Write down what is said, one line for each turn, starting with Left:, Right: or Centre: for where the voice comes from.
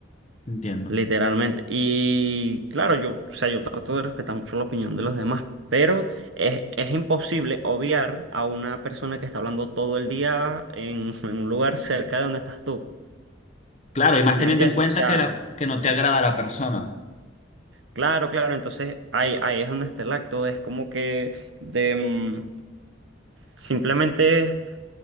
Left: entiendo.
Right: Literalmente. Y claro, yo, o sea, yo trato de respetar mucho la opinión de los demás, pero es, es imposible obviar a una persona que está hablando todo el día en, en un lugar cerca de donde estás tú.
Left: Claro, y más
Right: ¿Sí
Left: teniendo
Right: me entiendes?
Left: en cuenta
Right: O sea,
Left: que, la, que no te agrada la persona.
Right: claro, claro. Entonces ahí, ahí es donde está el acto. Es como que de mm, simplemente